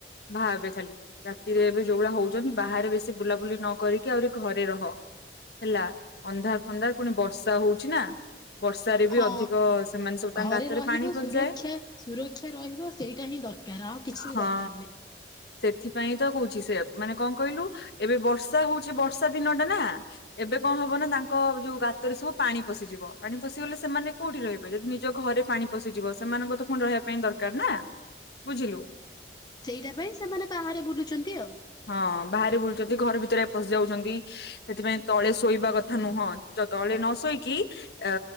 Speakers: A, on the left (about 65°); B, on the left (about 25°).
A: ବାହା ଏବେ ଖାଲି ରାତିରେ ଏବେ ଯୋଉଭଳିଆ ହଉଛନ୍ତି ବାହାରେ ବେଶୀ ବୁଲାବୁଲି ନ କରିକି ଆହୁରି ଘରେ ରହ ହେଲା ଅନ୍ଧାର ଫଧାର ପୁଣି ବର୍ଷା ହଉଛି ନା। ବର୍ଷାରେ ବି
B: ହଁ
A: ଅଧିକ ସେମାନେ ସବୁ ତାଙ୍କ
B: ଘରେ
A: ଗାତରେ
B: ରହିବ
A: ପାଣି ପଶିଯାଏ
B: ସୁରକ୍ଷା ସୁରକ୍ଷା ରହିବ ସେଇଟା ହିଁ ଦରକାର। ଆଉ କିଛି
A: ହଁ
B: ବି ଦରକାର ନାହିଁ।
A: ସେଠି ପାଇଁ ତ କହୁଛି ସେ ମାନେ କଣ କହିଲୁ ଏବେ ବର୍ଷା ହଉଛି ବର୍ଷା ଦିନଟା ନା ଏବେ କଣ ହବ ନା ତାଙ୍କ ଯୋଉ ଗାତରେ ସବୁ ପାଣି ପଶିଯିବ ପାଣି ପଶିଗଲେ ସେମାନେ କୋଉଠି ରହିବେ ଯଦି ନିଜ ଘରେ ପାଣି ପଶିଯିବ ସେମାନଙ୍କ ତ ପୁଣି ରହିବା ପାଇଁ ଦରକାର ନା। ବୁଝିଲୁ।
B: ସେଇଟା ପାଇଁ ସେମାନେ ବାହାରେ ବୁଲୁଛନ୍ତି ଆଉ।
A: ହଁ ବାହାରି ବୁଲୁଛନ୍ତି ଘର ଭିତରେ ପଶ ଯାଉଛନ୍ତି ସେଥିପାଇଁ ତଳେ ଶୋଇବା କଥା ନୁହଁ ତଳେ ନ ଶୋଇକି ଅ